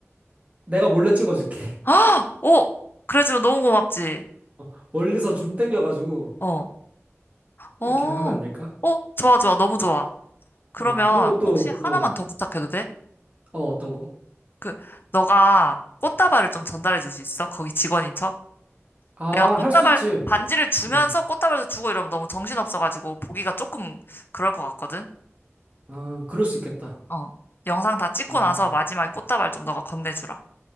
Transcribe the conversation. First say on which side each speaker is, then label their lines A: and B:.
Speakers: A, on the right (about 30°); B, on the left (about 45°).
A: 내가 몰래 찍어줄게. <laughs>
B: 아! 오! 그래주면 너무 고맙지.
A: 어, 멀리서 줌 땡겨가지고,
B: 어. 어.
A: 이렇게 하면 안 될까?
B: 어, 좋아, 좋아. 너무 좋아. 그러면
A: 어, 그런 것도,
B: 혹시 하나만
A: 어,
B: 더 부탁해도 돼?
A: 어, 어떤 거?
B: 그, 너가 꽃다발을 좀 전달해 줄 수 있어? 거기 직원인 척?
A: 아,
B: 내가 꽃다발,
A: 할 수 있지.
B: 반지를 주면서
A: 음.
B: 꽃다발도 주고 이러면 너무 정신없어가지고 보기가 조금 그럴 것 같거든?
A: 아, 그럴 수 있겠다.
B: 어. 영상 다 찍고
A: 아,
B: 나서 마지막에 꽃다발 좀 너가 건네주라.